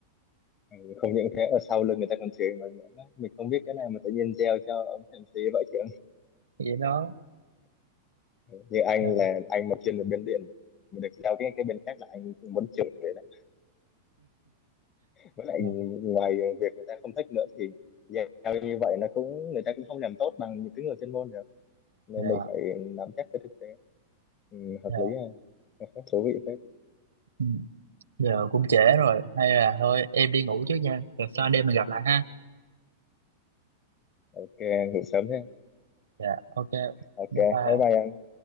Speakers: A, on the left; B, on the right.
A: ừ, không những thế ở sau lưng người ta còn chửi mình nữa Đấy, mình không biết cái này mà tự nhiên gieo cho ông MC vậy chứ
B: vậy đó
A: như anh
B: dạ
A: là anh mà chuyên về bên điện mà được giao cái cái bên khác là anh muốn chửi vậy đấy với lại
B: dạ
A: ngoài việc người ta không thích nữa thì giao như vậy nó cũng người ta cũng không làm tốt bằng những cái người chuyên môn được nên
B: dạ
A: mình phải nắm chắc cái thực tế ừ, hợp
B: dạ.
A: lý ha <laughs> thú vị phết
B: Ừ, giờ cũng trễ rồi hay là thôi em đi ngủ trước nha rồi sau anh em mình gặp lại ha
A: ok ngủ sớm thế
B: dạ ok
A: ok
B: bye bye
A: bye bye em